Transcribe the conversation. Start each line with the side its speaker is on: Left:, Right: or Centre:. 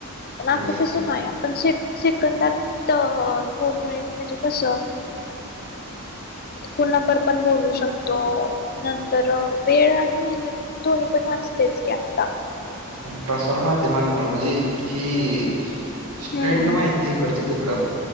Left: पण
Right: होय
Left: आता तसं
Right: ते पण
Left: नाही आपण शेप सेकंदात फोनमुळे म्हणजे कस अ कुणाबरोबर पण बोलू शकतो नंतर वेळ आणि मेहनत दोन्ही पण वाचतेच की आता
Right: प्रसार माध्यमांमुळे म्हणजे ही स्पीड
Left: हम्म
Right: ना माहिती इकडचं तिकडं